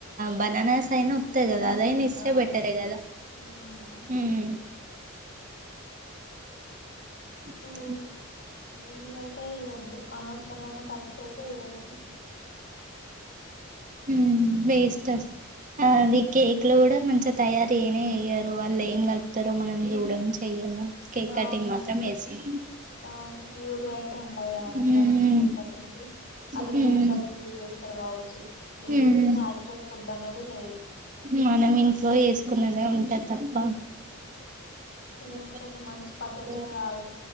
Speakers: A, on the right; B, on the left.
A: బనానాస్ అయినా అంతే కదా
B: ఉమ్,
A: అదైన ఇస్తే
B: అవును.
A: బెటర్ ఎ కదా
B: ఉమ్.
A: ఉమ్ <inaudible>
B: ఉమ్ ఇవి అయితే ఇయొద్దు అనవసరమైన ఖర్చు అయితే వద్దు
A: ఉమ్ బెస్ట్ రస్ ఆ అది కేక్ లో కూడా మంచిగ తయరు చేయనే చెయ్యరు ఆళ్ల ఏం కలుపుతారో ఇద్దరు మనం చూడం చెయ్యము కేక్ కటింగ్
B: అవును
A: మాత్రం వేస్తాం
B: అవును ప్యూర్ గా అయితే ఉండవు కదండి
A: ఉమ్,
B: ఇవన్నీ కేక్ కటింగ్ కి అలా
A: ఉమ్,
B: కెమికల్స్ యూజ్ చేస్ కావచ్చు ఏది
A: ఉమ్.
B: నాచురల్ ఫుడ్ అనేది లేదు
A: మనం ఇంట్లో యేసుకున్నదే ఉంటది తప్ప
B: ఉమ్. ఇది
A: ఊ
B: అసలు మంచి పద్ధతే
A: హు
B: కాదు